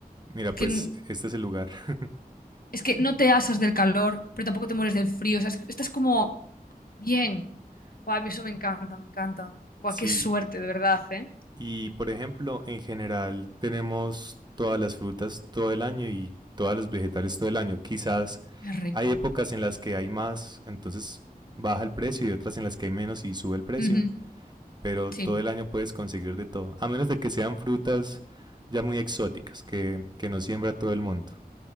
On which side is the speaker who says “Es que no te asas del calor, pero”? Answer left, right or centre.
Left